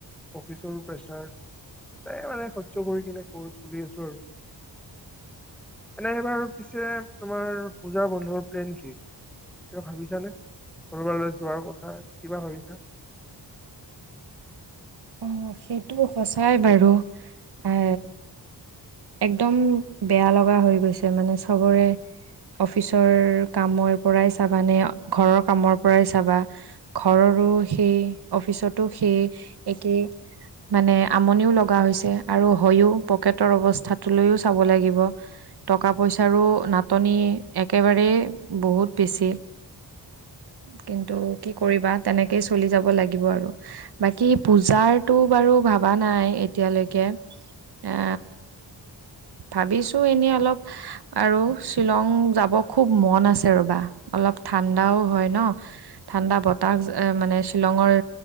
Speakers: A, in the centre; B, on the right.
A: অফিচৰো প্ৰেছাৰ। নাই মানে সয্য কৰি কিনে কৰি চলি আছো আৰু। এনে এবাৰ পিছে তোমাৰ পূজা বন্ধৰ প্লেন কি? কিবা ভাবিছানে কৰবাৰ যোৱাৰ কথা কিবা ভাবিছা?
B: <inaudible> অ সেইটো সঁচাই বাৰু এ একদম বেয়া লগা হৈ গৈছে মানে চবৰে। অফিচৰ কামৰ পৰাই চাবা নে ঘৰৰ কামৰ পৰাই চাবা ঘৰৰ আৰু সেই অফিচতো সেই একে। মানে আমনিও লগা হৈছে আৰু হয়ও পকেটৰ অৱস্থাটো লৈও চাব লাগিব। টকা পইচাৰো নাটনি, একেবাৰেই বহুত বেছি! কিন্তু, কি কৰিবা, তেনেকেই চলি যাব লাগিব আৰু। বাকী পূজাৰটো বাৰু ভবা নাই এতিয়ালৈকে। এ, ভাবিছোঁ এনে, অলপ আৰু শ্বিলং যাব খুউব মন আছে ৰবা, অলপ ঠাণ্ডাও হয় ন' ঠাণ্ডা বতাহ মানে শ্বিলঙৰ